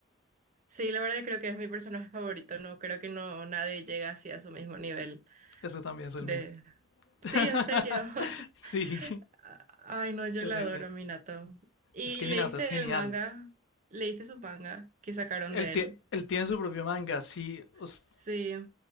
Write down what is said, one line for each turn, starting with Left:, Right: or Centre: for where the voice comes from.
Right: Sí, la verdad creo que es mi personaje favorito, no creo que no nadie llega así a su mismo nivel
Left: Ese también es el
Right: de...
Left: mío.
Right: Sí,
Left: <laughs>
Right: en serio. <laughs>
Left: Sí,
Right: Ay, no, yo
Left: terrible.
Right: la adoro, a Minato. ¿Y
Left: Es que
Right: leíste
Left: Minato es genial.
Right: el manga? ¿Leíste su manga que sacaron
Left: Él,
Right: de
Left: tie-
Right: él?
Left: él tiene su propio manga, sí. os-
Right: Sí.